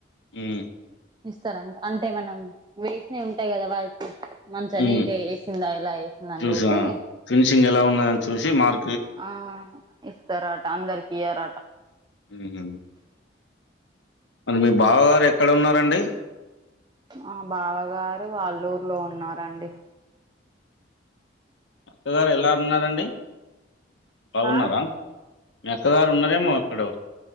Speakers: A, on the left; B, on the right.
A: హ్మ్
B: ఇస్తారం అంటే మనం వేసినయి ఉంటాయి కదా వట్ మంచిగా
A: ఉమ్.
B: నీట్గా వేసిందా ఇలా వేసింద అని
A: చూసా.
B: చూసి
A: <inaudible> ఎలా ఉన్నా అని చూసి మార్
B: ఆ ఇస్తారట అందరికి ఇయరట
A: హుహు. మరి మీ బావ గారు ఎక్కడ ఉన్నారండి
B: మా బావగారు వాల్లూరులో ఉన్నారండి
A: అత్తగారు ఎలా ఉన్నారండి బాగున్నారా
B: ఆ
A: మి అక్కగారు ఉన్నారేమో ఎక్కడో